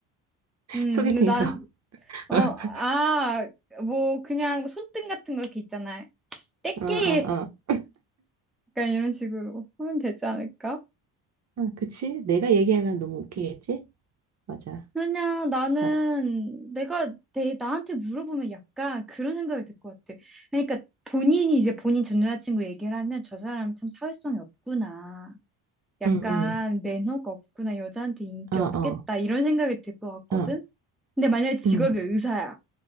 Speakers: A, in the centre; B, on the right.
A: 음,
B: 소개팅에서.
A: 근데 난, 어,
B: <laughs>
A: 아, 뭐 그냥 손등 같은 거 이렇게 있잖아. 떼끼
B: 어, 어, 어.
A: 약간 이런 식으로 하면 되지 않을까?
B: 응, 그치? 내가 얘기하면 너무 웃기겠지? 맞아.
A: 왜냐, 나는
B: 나도.
A: 내가 내, 나한테 물어보면 약간 그런 생각이 들 것 같아. 그러니까 본인이 이제 본인 전 여자친구 얘기를 하면 저 사람 참 사회성이 없구나. 약간
B: 응, 응.
A: 매너가 없구나. 여자한테 인기
B: 어,
A: 없겠다.
B: 어.
A: 이런 생각이 들 것 같거든?
B: 어,
A: 근데 만약에 직업이
B: 응.
A: 의사야.